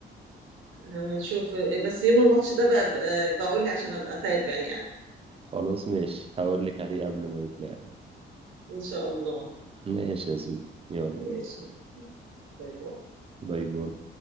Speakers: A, on the right (about 75°); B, on the right (about 30°).
A: لما نشوف بس يوم الماتش ده بقى بقى بقول لي عشان أبقى أتابع يعني
B: خلاص ماشي هقول لك عليه قبل ما يتلعب
A: إن شاء الله
B: ماشي يا زو يلا
A: ماشي باي باي
B: باي باي